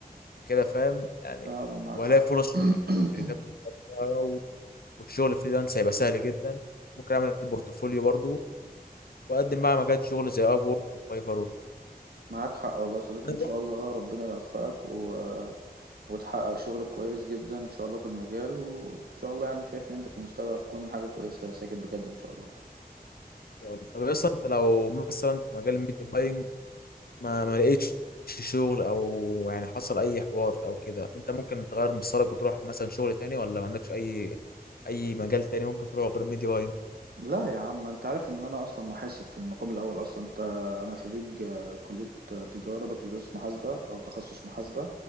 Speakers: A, on the left (about 70°); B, on the right (about 75°).
A: وكده فاهم يعني
B: فعلا معاك
A: وهلاقي
B: حق
A: فرص شغل
B: <clears throat>
A: في الشركات
B: <coughs>
A: بقى، والشغل فريلانس هيبقى سهل جدا ممكن اعمل بورتفوليو برضو واقدم بقى مجال شغل زي اب وورك وفايفر وكده
B: معاك حق والله يا صديقي
A: ان
B: ان شاء الله ربنا يوفقك و... وتحقق شغل كويس جدا ان شاء الله في المجال وان شاء الله يعني شايف ان انت في المستقبل هتكون حاجه كويسه يا ساجد بجد ان شاء الله
A: شاء الله طب اصلا انت لو مثلا في مجال الميديا باينج ما ما لقيتش شغل او يعني حصل اي حوار او كده انت ممكن تغير مسارك وتروح مثلا شغل تاني ولا ما عندكش اي اي مجال تاني ممكن تروح غير ميديا باينج
B: لا يا عم انت عارف ان انا اصلا محاسب في المقام الاول اصلا انت انا خريج آه، كليه آه، تجاره بكالوريوس محاسبه او تخصص محاسبه